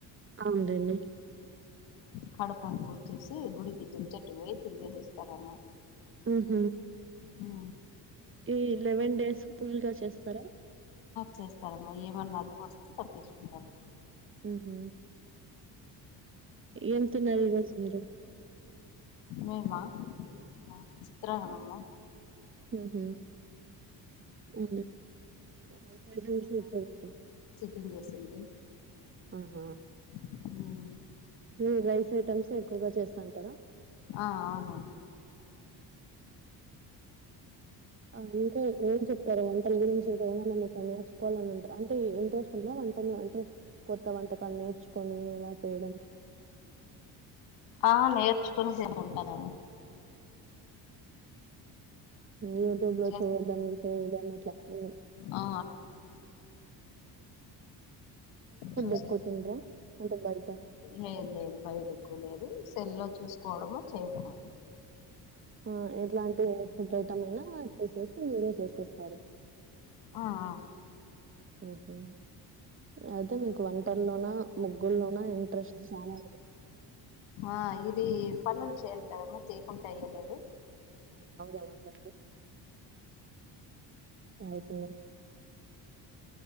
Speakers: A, on the right (about 30°); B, on the left (about 80°).
A: అవుందండి
B: కడపను పూచేసి గుడికి దం చెట్టు పోయి తిరిగేసేస్తార అమ్మా
A: ఆ హ
B: అవు
A: ఈ లెవెన్ డేస్ ఫుల్ గా చేస్తారా
B: చేస్తారమ్మా ఏమన్నా అడ్డం వస్తే తప్పించుకుంటారు
A: హ ఎంత తిన్నారా ఈ రోజు మీరు
B: మేమన్నా చిత్రత్ర హమమా
A: హ అ అసం ఇప్ప పట్
B: పం చేసింది
A: ఆహ
B: హ
A: మీరు రైస్ ఐటమ్స్ ఎక్కువగా చేస్తాంటారా
B: ఆ అవునమ్మా
A: ఆ ఇంకా ఏం చెప్తారు వంటల గురించి ఇ ఏమన్నా మీ నేర్చుకోవాలని ఉంటా అంటే ఇంట్రెస్ట్ ఉందా వంటలు అంటే కొత్త వంటకాలు నేర్చుకొని ఎలా చేయడం
B: ఆ నేర్చుకొని సేపు ఉంటుదాము
A: యూట్యూబ్ లో
B: చేస్తా
A: చూడడం చేయడం అట్లా అ
B: ఆ చూసే
A: ఎక్కువ తినరా? అంటే బయట
B: లేదు లేదు బయట ఎక్కువ లేదు సెల్ లో చూసుకోవడము చేయటము
A: ఆ ఎట్లాంటి ఫుడ్ ఐటమ్ అయినా చూసేసి మీరే చేసిస్తారు
B: ఆ ఆ
A: హ అయితే మీకు వంటల్లోనా ముగ్గుల్లోనా ఇంట్రెస్ట్ చాలా
B: ఆ ఇది పన్లు చేయ్యాలి కదమ్మా చేయకుంటే అయ్యలేదు
A: అవుద వద్లండి ల్సింది